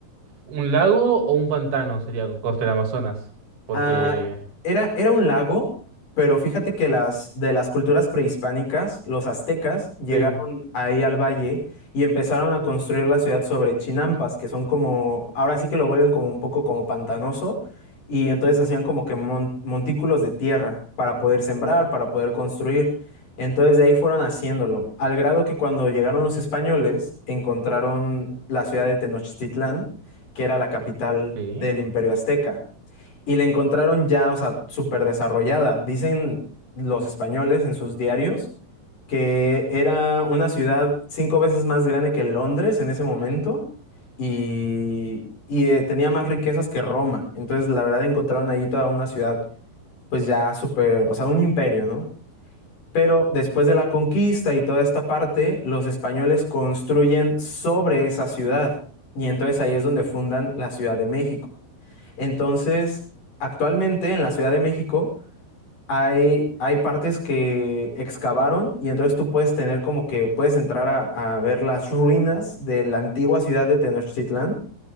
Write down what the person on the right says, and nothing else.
un lago o un pantano, sería corte del Amazonas. Porque.
Sí,
sí.